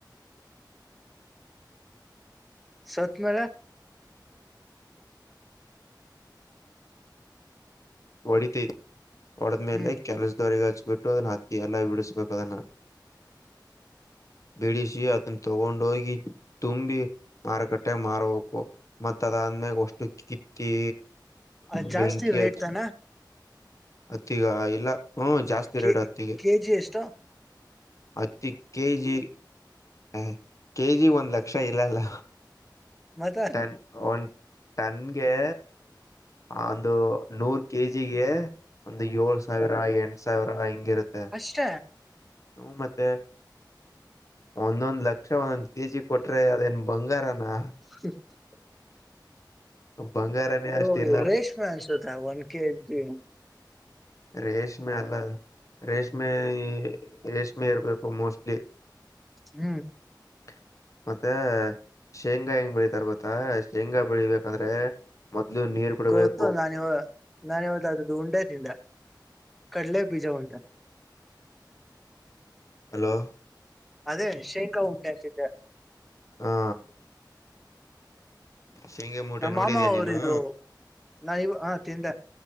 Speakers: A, in the centre; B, on the left.
A: ಸತ್ ಮೇಲೆ
B: ಹೊಡಿತೈ ಹೊಡೆದ್ಮೇಲೆ
A: ಹ್ಮ್
B: ಕೆಲಸದವರೆಗೆ ಹಚ್ಬಿಟ್ಟು ಅದ ಹತ್ತಿ ಎಲ್ಲ ಬಿಡಿಸಬೇಕು ಅದನ್ನು ಬಿಡಿಸಿ ತಗೊಂಡ ಹೋಗಿ ತುಂಬಿ ಮಾರುಕಟ್ಟೆ ಮಾರಬೇಕು ಮತ್ತ ಅದಾದ್ಮೇಗ ಒಷ್ಟು ಕಿತ್ತಿ
A: ಅದ್
B: ಬೆೆಂಕಿಹಚ್
A: ಜಾಸ್ತಿ ರೇಟ್ ತಾನ
B: ಅತ್ತೀಗ ಇಲ್ಲ ಹ್ಮ ಜಾಸ್ತಿ
A: ಕೆ
B: ರೇಟ್ ಹತ್ತಿಗೆ
A: ಕೆ ಜಿ ಎಷ್ಟು
B: ಹತ್ತಿ ಕೆ ಜಿ ಹ ಕೆ ಜಿ ಒಂದ್ ಲಕ್ಷ ಇಲ್ಲ ಅಲ್ಲ
A: ಮತ್ತೆ
B: ಟನ್ ಒಂದ ಟನ್ಗೆ ಒಂದು ನೂರ್ ಕೆಜಿಗೆ ಒಂದು ಏಳ್ ಸಾವಿರ ಎಂಟ ಸಾವಿರ ಹಿಂಗಿರುತ್ತೆ
A: ಅಷ್ಟ
B: ಹೂ ಮತ್ತೆ ಒಂದೊಂದ್ ಲಕ್ಷ ಒಂದೊಂದ್ ಕೆಜಿ ಕೊಟ್ರೆ ಅದೇನ್ ಬಂಗಾರನಾ
A: <unintelligible>
B: ಬಂಗಾರನೇ ಅಷ್ಟಿಲ್ಲ
A: ಓ ರೇಷ್ಮೆ ಅಂಶತ ಒನ್ ಕೆ ಜಿ
B: ರೇಷ್ಮೆ ಅಲ್ಲಲ್ಲ ರೇಷ್ಮೆ ರೇಷ್ಮೇ ಇರ್ಬೇಕು ಮೋಸ್ಟ್ಲಿ
A: ಹ್ಮ್
B: <unintelligible> ಮತ್ತೆ ಶೇಂಗಾ ಹೆಂಗ್ ಬೆಳಿತಾರೆ ಗೊತ್ತಾ ಶೇಂಗಾ ಬೆಳಿಬೇಕಂದ್ರೆ. ಮೊದಲು ನೀರ್ ಬಿಡ್ಬೇಕು
A: ಗೊತ್ತು ನಾನ್ ಇವಾಗ ನಾನ್ ಇವತ್ತು ಆದರ ಉಂಡೆ ತಿಂದೆ ಕಡ್ಲೆ ಬೀಜ ಉಂಡೆ.
B: ಹಲೋ
A: ಅದೇ ಶೇಂಗಾ ಉಂಡೆ ತಿಂದೆ.
B: ಹಾ ಶೇಂಗ ಮೂಟೆ
A: ನಮ್ಮ
B: ನೋಡಿದಿಯ
A: ಮಾಮ ಅವ್ರ
B: ನೀನು.
A: ಇದು ನಾ ಇವಾಗ ಹಾ ತಿಂದೆ